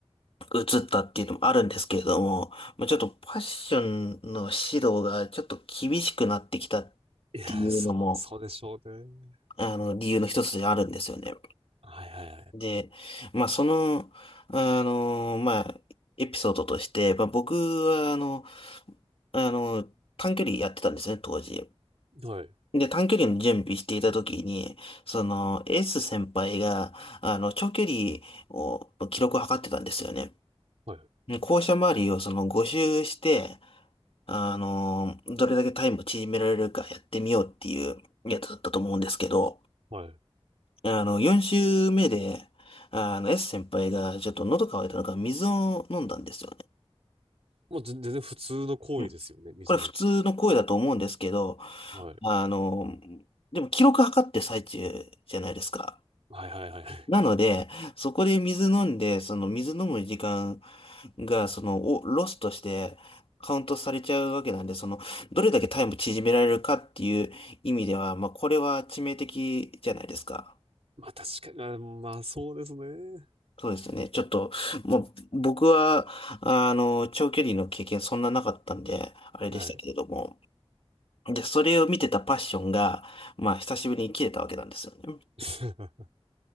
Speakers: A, on the left; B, on the right.
A: 移ったっていうのもあるんですけれども、まあちょっとファッションの指導がちょっと厳しくなってきたっていうのも、
B: いや、そう、そうでしょうね。
A: あの、理由の一つであるんですよね。
B: はいはいはい。
A: で、まあ、その、あの、まあ、エピソードとして、まあ、僕は、あの、あの、短距離やってたんですね、当時。
B: はい、
A: で、短距離の準備していた時に、その、エース先輩が、あの、長距離を、記録を測ってたんですよね。
B: はい、
A: で校舎周りをその5周して、あの、どれだけタイムを縮められるかやってみようっていうやつだったと思うんですけど、
B: はい。
A: あの、4週目で、あの、S 先輩がちょっと喉乾いたのか水を飲んだんですよね。
B: もう全全然普通の行為ですよね、
A: うん。
B: 溝の。
A: これ普通の声だと思うんですけど、
B: はい。
A: あの、でも記録測ってる最中じゃないですか。
B: はいはいはい。
A: なので、そこで水飲んで、その水飲む時間が、その、をロスとしてカウントされちゃうわけなんで、その、どれだけタイム縮められるかっていう意味では、まあ、これは致命的じゃないですか。
B: まあ確かに、まあまあそうですね。
A: そうですね。ちょっと、もう、僕は、あの、長距離の経験そんななかったんで、あれでしたけれども。
B: はい。
A: で、それを見てたパッションが、まあ、久しぶりに切れたわけなんですよね。
B: <laughs>